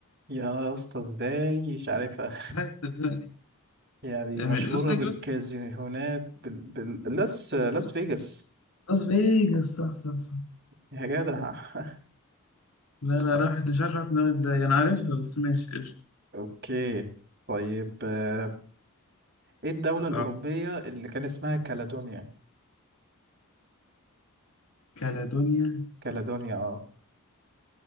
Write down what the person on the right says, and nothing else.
يا اسطى ازاي مش عارفها
<laughs> يعني
مشهورة
بالكازينوهات بال... بال... لاس لاس فيجاس
يا جدع <laughs>
اوكي طيب آه، ايه الدولة الأوروبية
اللي كان اسمها كالادونيا
كالادونيا اه